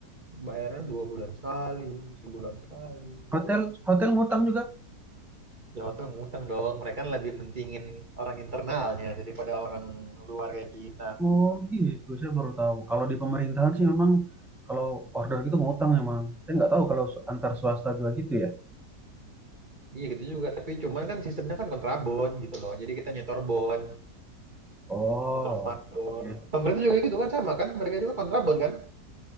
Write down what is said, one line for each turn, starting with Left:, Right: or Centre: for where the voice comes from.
Right: Bayarannya dua bulan sekali, sebulan sekali gitu
Centre: Hotel,
Right: loh mas.
Centre: hotel ngutang juga?
Right: Ya waktu ngutang dong. Mereka kan lebih mentingin orang internalnya daripada orang luar kayak kita.
Centre: Oh gitu, saya baru tahu. Kalau di pemerintahan sih memang kalau order gitu ngutang memang. Saya nggak tahu kalau su- antar swasta juga gitu ya.
Right: Iya gitu juga. Tapi cuman kan sistemnya kan kontrabon gitu loh. Jadi kita nyetor bon,
Centre: Oh,
Right: nyetor faktur.
Centre: oke. oke.
Right: Pemerintah juga gitu kan sama kan? Mereka juga kontrabon kan?